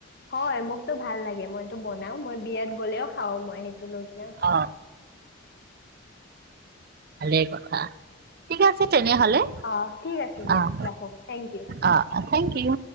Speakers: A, on the left (about 50°); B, on the right (about 50°).
A: হয় মোকতো ভাল লাগে মইতো বনাও মই বিয়াত গ'লেও। খাওঁ মই সেইটো লৈ কিনে খাওঁ।
B: অ ভালে কথা। ঠিক আছে
A: আচ্ছা
B: তেনেহ'লে
A: অ ঠিক আছে দিয়া
B: অঁ
A: ৰাখো থেংক ইউ
B: অঁ অঁ থেংক ইউ।